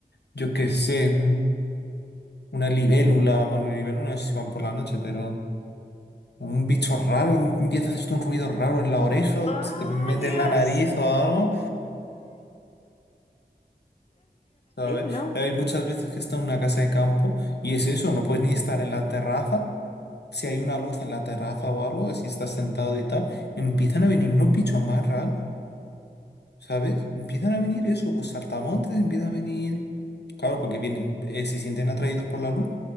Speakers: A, on the left (about 80°); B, on the left (about 40°).
A: yo qué sé, un- una libélula, bueno, libélula no sé si van por la noche, pero un bicho raro, em- empieza a hacerte un ruido raro en la oreja o
B: ¡Ay,
A: se te mete
B: Dios!
A: en la nariz o algo. ¿sabes?
B: No.
A: Hay muchas veces que está en una casa de campo y es eso, no puedes ni estar en la terraza. Si hay una luz en la terraza o algo, si estás sentado y tal, empiezan a venir unos bichos más raros, ¿sabes? Empiezan a venir eso, pues saltamontes, empiezan a venir. Claro, porque vienen, eh, se sienten atraídos por la luz,